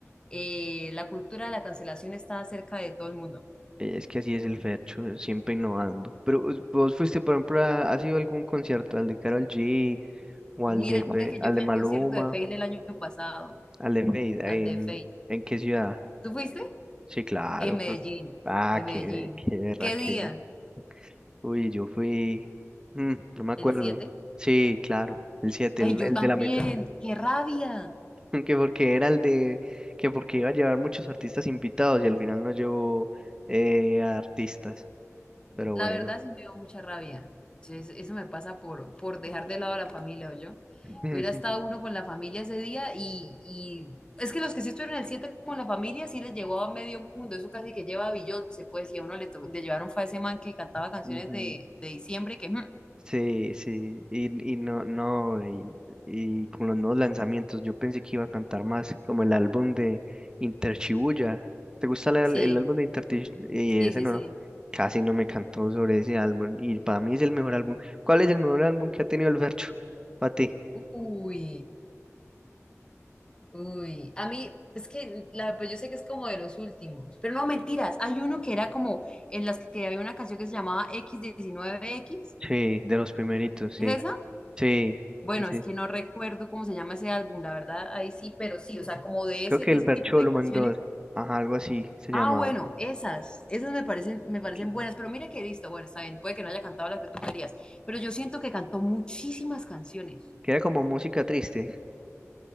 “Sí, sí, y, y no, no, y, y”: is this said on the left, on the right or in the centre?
Right